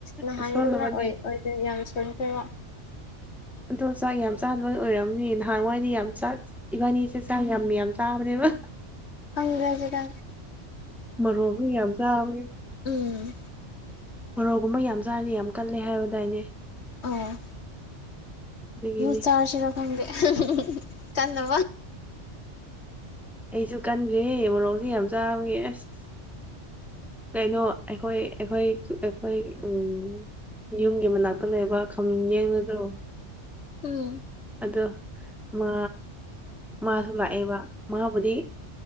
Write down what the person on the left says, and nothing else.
ꯅꯍꯥꯟꯒꯨꯝꯅ
ꯑꯣꯏ ꯑꯣꯏꯗ ꯌꯥꯝ ꯁꯣꯟꯈꯔ
ꯑꯪ꯭ꯔꯖꯗ
ꯎꯝ
ꯑꯣ
ꯃ ꯆꯥ ꯁꯔ ꯈꯪꯒ ꯀꯃ
ꯎꯝ